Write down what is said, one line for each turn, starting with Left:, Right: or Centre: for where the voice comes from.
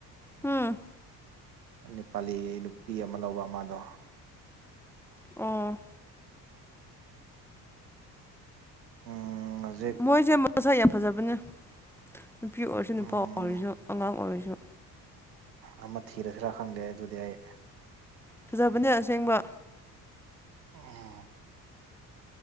Centre: ꯍꯨꯝ
Right: ꯅꯦꯄꯥꯂꯤ ꯅꯨꯄꯤ ꯑꯃ ꯂꯧꯕ ꯑꯃꯗꯣ
Centre: ꯎꯝ
Right: ꯎꯝ ꯍꯧꯖꯤꯛ
Centre: ꯃꯣꯏꯖꯦ ꯃꯁꯥ ꯌꯥꯝ ꯐꯖꯕꯅꯦ ꯅꯨꯄꯤ ꯑꯣꯏꯔꯁꯨ ꯅꯨꯄꯥ
Right: ꯎꯝ
Centre: ꯑꯣꯏꯔꯁꯨ ꯑꯉꯥꯡ ꯑꯣꯏꯔꯁꯨ
Right: ꯑꯃ ꯊꯤꯔꯁꯤꯔꯥ ꯈꯪꯗꯦ ꯑꯗꯨꯗꯤ ꯑꯩ
Centre: ꯐꯖꯕꯅꯦ ꯑꯁꯦꯡꯕ
Right: ꯑꯥ